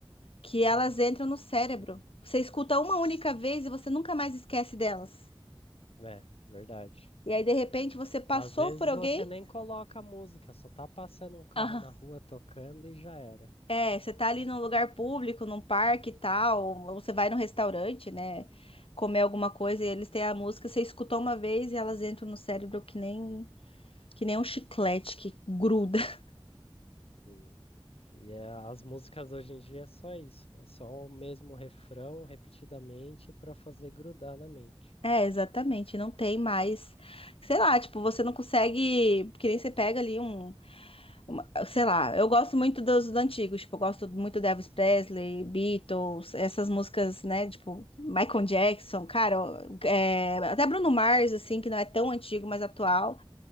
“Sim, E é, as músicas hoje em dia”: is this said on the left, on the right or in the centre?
Left